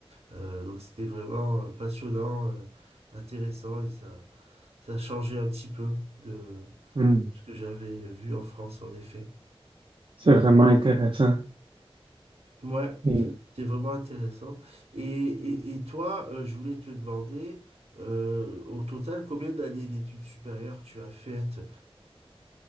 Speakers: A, on the right; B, on the right.
A: Euh, donc c'était vraiment euh, passionnant, euh, intéressant et ça... Ça changeait un petit peu de
B: Mm.
A: ce que j'avais vu en France, en effet.
B: C'est vraiment intéressant.
A: Ouais,
B: Et
A: c'était vraiment intéressant. Et, et, et toi, euh, je voulais te demander, euh, au total, combien d'années d'études supérieures tu as faites?